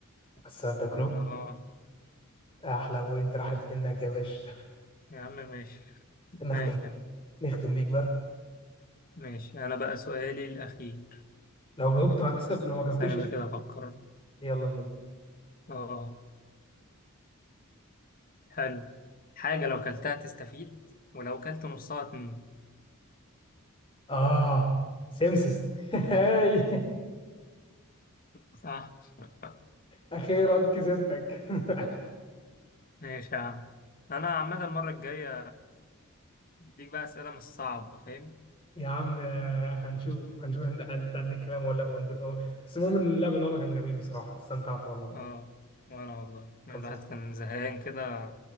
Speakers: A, on the left; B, on the left.
A: بس ما بتاكله
B: اه
A: أحلى وأنت راحت منك يا باشا
B: يا عم ماشي <laughs>
A: <laughs> نختم
B: ماشي يا عم
A: نختم بيك بقى
B: ماشي انا بقى سؤالي الاخير
A: لو جاوبته هكسب لو ما جاوبتش
B: استنى بقى كده افكر
A: يلا بينا
B: اه حلو حاجة لو كلتها تستفيد ولو كلت نصها تموت
A: اه سمسم <laughs> هاي
B: صح <laughs>
A: اخيرا كسبتك <laughs>
B: ماشي يا عم انا عامة المرة الجاية اديك بقى اسئلة مش صعبة فاهم
A: يا عم آه، هنشوف هنشوف انت أنت قد الكلام ولا ون- بس المهم ان اللعب النهارده كان جميل بصراحه استمتعت والله
B: اه وانا والله يعني
A: خلصان
B: الواحد كان زهقان كده